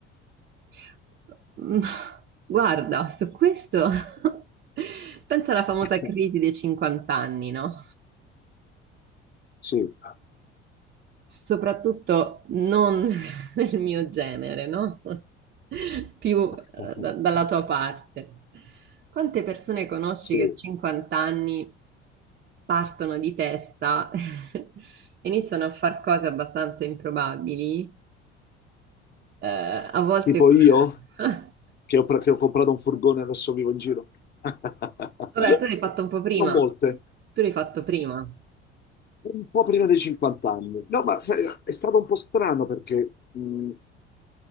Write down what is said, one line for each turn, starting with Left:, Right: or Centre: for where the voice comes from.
Right: <laughs> Mm, Guarda, su questo <laughs> penso alla famosa
Left: <laughs>
Right: crisi dei 50 anni, no?
Left: Sì,
Right: Soprattutto non <laughs> nel mio genere, no? <laughs> Più
Left: <laughs>
Right: eh, da- dalla tua parte. Quante persone conosci
Left: sì.
Right: che a 50 anni partono di testa, <laughs> iniziano a fare cose abbastanza improbabili, eh, a volte...
Left: Tipo io,
Right: <laughs>
Left: che ho, pre- che ho comprato un furgone e adesso vivo in giro. <laughs>
Right: Vabbè, tu l'hai fatto un po' prima.
Left: Non molte.
Right: Tu l'hai fatto prima.
Left: Un po' prima dei 50 anni. No, ma sai, è stato un po' strano perché mh,